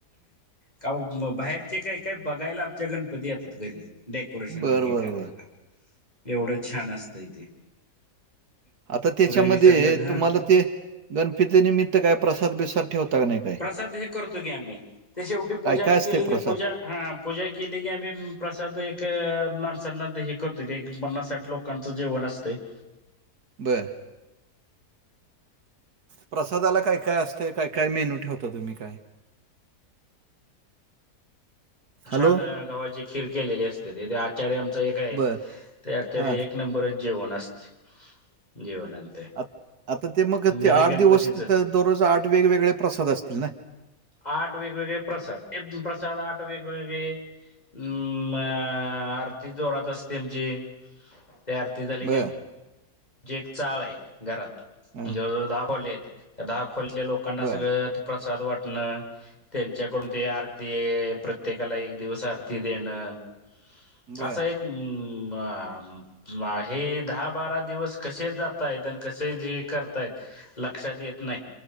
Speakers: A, on the left; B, on the right.
A: का म बाहेरचे काही काय बघायला आमच्या गणपती येतात घरी, डेकोरेशन
B: बरं,
A: आणि हे
B: बरं,
A: करायला.
B: बरं.
A: एवढं छान असतंय तेे.
B: आता त्याच्यामध्ये
A: विसर्जन हा
B: तुम्हाला ते गणपतीनिमित्त काय प्रसाद बिसाद ठेवता का नाही? काय?
A: प्रसाद हे करतो की आम्ही ते शेवटी
B: काय-काय
A: पूजा
B: असते
A: केली की
B: प्रसाद?
A: पूजा हा पूजा केली की आम्ही प्रसाद एक माणसांना हे करतो की एक पन्नास साठ लोक लोकांच जेवण असतय.
B: बर. प्रसादाला काय काय असतय? काय काय मेनू ठेवता तुम्ही काय?
A: छान
B: हॅलो
A: गव्हाची खीर केलेली असते ते आचारी आमच एक आहे
B: बर
A: ते आचार्य
B: हा
A: एक नंबर जेवण असत.., जेवण आणि
B: आ आता ते मग ते
A: हे
B: आठ
A: गणपतीच
B: दिवस तिथं दररोज आठ वेगवेगळे प्रसाद असतील ना?
A: आठ वेगवेगळे प्रसाद, प्रसाद आठ वेगवेगळे अम्म अ आरती जोरात असते आमची ते आरती झाली की
B: बर
A: आ ची एक चाळ आहे घरात,
B: हं,
A: जवळ जवळ दहा खोल्या आहेत, त्या दहा खोलीतल्या लोकांना
B: बर
A: सगळं प्रसाद वाटणं त्यांच्याकडून ते आरती प्रत्येकाला एक दिवस आरती देणं
B: बर
A: असा एक म हे दहा बारा दिवस कसे जातायत आणि कसे जे करतायत लक्षात येत नाही.